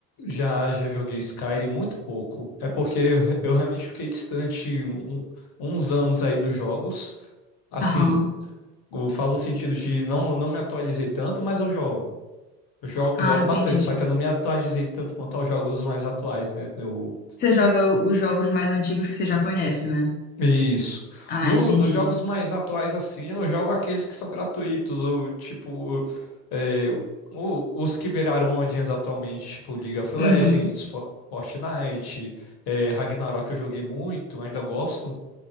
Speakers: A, on the left; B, on the left.
A: já já joguei Skyrim muito pouco. É porque eu, eu realmente fiquei distante um- uns anos aí dos jogos. Assim,
B: Aham.
A: eu falo no sentido de não, não me atualizei tanto, mas eu jogo. Eu jogo,
B: Ah,
A: jogo
B: entendi.
A: bastante, só que eu não me atualizei tanto quanto aos jogos mais atuais, né? Eu
B: Você joga o- os jogos mais antigos que você já conhece, né?
A: Isso.
B: Ah,
A: Do-
B: entendi.
A: dos jogos mais atuais, assim, eu jogo aqueles que são gratuitos, ou tipo, é, o- os que viraram modinhas atualmente, tipo League of Legends,
B: Uhum,
A: Fo- Fortnite, é, Ragnarok eu joguei muito, ainda gosto,